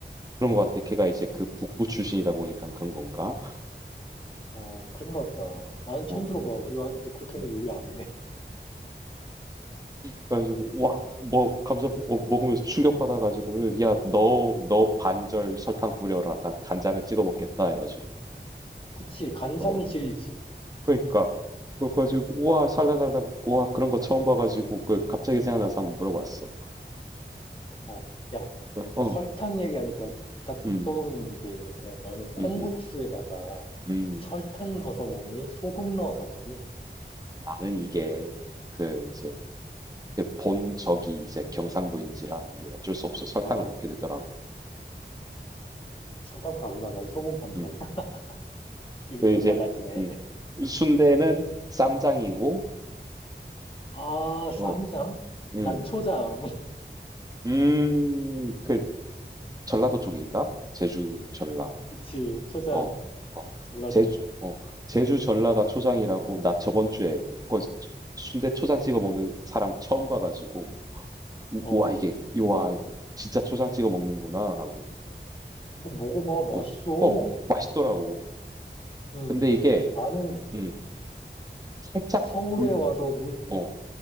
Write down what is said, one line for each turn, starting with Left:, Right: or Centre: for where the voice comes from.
Right: 그런 것 같아. 걔가 이제 그 북부 출신이다 보니까 그런 건가?
Left: 어, 그런가 보다. 나는 처음
Right: 어,
Left: 들어봐. 우리 와이프도 그렇게는
Right: 어.
Left: 요리 안 해. <laughs>
Right: 그래가지고 와뭐 감자 볶- 어, 먹으면서 충격받아가지고 야너 너 반절 설탕 뿌려라. 난 간장을 찍어 먹겠다 해가지고
Left: 그치, 간장이
Right: 어
Left: 진리지.
Right: 그러니까 그래가지고 우와 살다 살다 우와 그런 거 처음 봐가지고 그 갑자기 생각나서 한번 물어봤어.
Left: 어, 야,
Right: 어,
Left: 설탕 얘기하니까 딱
Right: 음,
Left: 떠오르는 게 있는데, 너는 콩국수에다가
Right: 음, 음, 음.
Left: 설탕 넣어서 먹니? 소금 넣어서 먹니?
Right: 나는 이게 그 이제 이렇게 본 적이 이제 경상도인지라 이게 어쩔 수 없어 설탕을
Left: 어,
Right: 넣게 되더라고.
Left: 설탕파구나. 난 소금파인데.
Right: 음.
Left: <laughs> 이게
Right: 그
Left: 또
Right: 이제
Left: 갈라지네.
Right: 음. 순대는 쌈장이고
Left: 아, 쌈장?
Right: 어.
Left: 난
Right: 음.
Left: 초장. <laughs>
Right: 음. 그 전라도 쪽인가? 제주 전라.
Left: 그치, 초장.
Right: 어. 어.
Left: 전라도지.
Right: 제주 어. 제주 전라가 초장이라고 나 저번 주에 그 순대 초장 찍어 먹는 사람 처음 봐 가지고 우,
Left: 어,
Right: 와 이게 와 진짜 초장 찍어 먹는구나 하고.
Left: 이거 먹어봐.
Right: 어.
Left: 맛있어.
Right: 어. 맛있더라고.
Left: 음,
Right: 근데 이게
Left: 나는
Right: 음. 살짝
Left: 서울에
Right: 물
Left: 와서
Right: 어
Left: 문,
Right: 어